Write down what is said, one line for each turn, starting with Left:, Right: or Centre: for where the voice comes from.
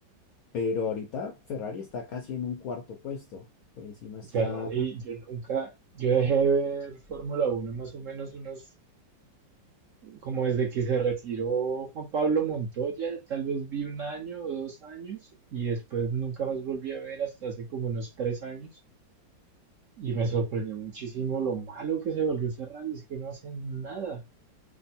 Left: Pero ahorita Ferrari está casi en un cuarto puesto, por encima está...
Right: Ferrari, yo nunca, yo dejé de ver Fórmula Uno más o menos unos, como desde que se retiró Juan Pablo Montoya, tal vez vi un año o dos años y después nunca más volví a ver hasta hace como unos tres años y me sorprendió muchísimo lo malo que se volvió Ferrari, es que no hacen nada.